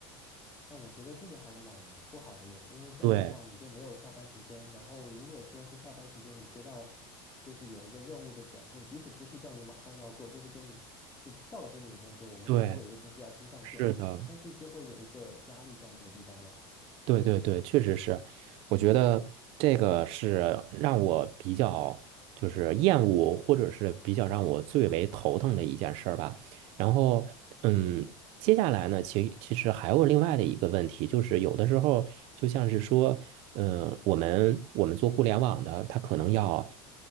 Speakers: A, on the left; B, on the right.
A: 那我觉得这个还蛮不好的耶，因为这样的话你就没有下班时间。
B: 对
A: 然后，如果说是下班时间你接到就是有一个任务的短信，即使不是叫你马上要做，就是跟你就是告知你一声说我们可能会有一个东西要新上线，
B: 对，是的，
A: 但是就会有一个压力在那个地方了。
B: 对对对，确实是，我觉得这个是让我比较就是厌恶，或者是比较让我最为头疼的一件事儿吧。然后，嗯，接下来呢，其其实还有另外的一个问题，就是有的时候就像是说，嗯，我们我们做互联网的，它可能要